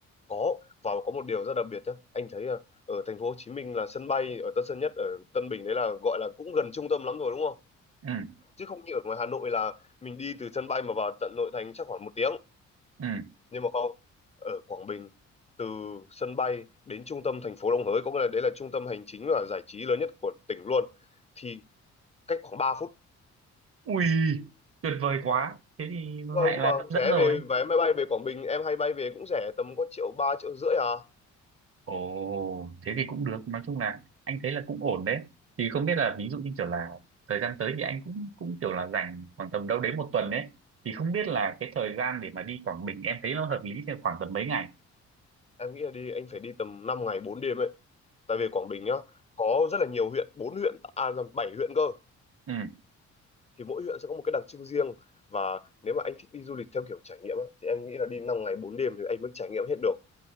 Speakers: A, on the left (about 20°); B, on the right (about 45°).
A: có và có một điều rất đặc biệt nhé anh thấy là ở thành phố Hồ Chí Minh là sân bay ở Tân Sơn Nhất ở Tân Bình đấy là gọi là cũng gần trung tâm lắm rồi đúng không
B: ừ
A: chứ không như ở ngoài Hà Nội là mình đi từ sân bay mà vào tận nội thành chắc khoảng một tiếng
B: ừ
A: nhưng mà không ở Quảng Bình từ sân bay đến trung tâm thành phố Đồng Hới có nghĩa là đấy là trung tâm hành chính và giải trí lớn nhất của tỉnh luôn thì cách khoảng ba phút
B: ui tuyệt vời quá thế thì
A: vâng
B: lại là
A: mà
B: hấp dẫn
A: vé
B: rồi
A: về vé máy bay về Quảng Bình em hay bay về cũng rẻ tầm có triệu ba triệu rưỡi à
B: Ồ, thế thì cũng được. Nói chung là anh thấy là cũng ổn đấy. Thì không biết là ví dụ như kiểu là thời gian tới thì anh cũng cũng kiểu là dành khoảng tầm đâu đấy một tuần đấy. Thì không biết là cái thời gian để mà đi Quảng Bình em thấy nó hợp lý thì khoảng tầm mấy ngày?
A: em nghĩ là đi anh phải đi tầm 5 ngày 4 đêm ấy tại vì Quảng Bình nhá có rất là nhiều huyện bốn huyện à nhầm, bảy huyện cơ
B: Ừ.
A: thì mỗi huyện sẽ có một cái đặc trưng riêng và nếu mà anh thích đi du lịch theo kiểu trải nghiệm á, thì em nghĩ là đi 5 ngày 4 đêm thì anh mới trải nghiệm hết được